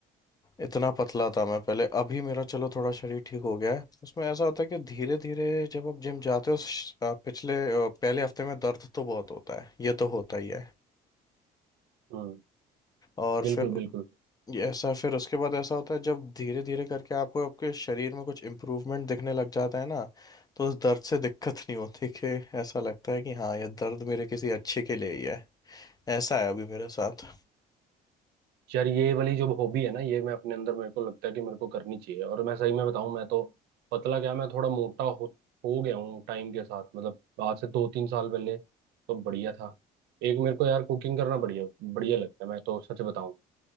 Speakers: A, on the left; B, on the right.
A: इतना पतला था मैं पहले अभी मेरा चलो थोड़ा शरीर ठीक हो गया है उसमें ऐसा होता है कि धीरे धीरे जब आप जिम जाते हो श- आ, पिछले आ, पहले हफ्ते में दर्द तो बहुत होता है ये तो होता ही है
B: हम्म
A: और
B: बिल्कुल
A: फिर
B: बिल्कुल
A: ऐसा फिर उसके बाद ऐसा होता है जब धीरे धीरे करके आपको आपके शरीर में कुछ इम्प्रूवमेंट दिखने लग जाता है ना तो उस दर्द से दिक्कत नहीं होती कि ऐसा लगता है कि हाँ ये दर्द मेरे किसी अच्छे के लिए ही है ऐसा है अभी मेरे साथ
B: यार ये वाली जो हॉबी है ना ये मैं अपने अंदर मेरे को लगता है कि मेरे को करनी चाहिए और मैं सही में बताऊं मैं तो पतला क्या मैं थोड़ा मोटा हो हो गया हूँ टाइम के साथ मतलब आज से दो तीन साल पहले तो बढ़िया था एक मेरे को यार कुकिंग करना बढ़िया बढ़िया लगता है मैं तो सच बताऊं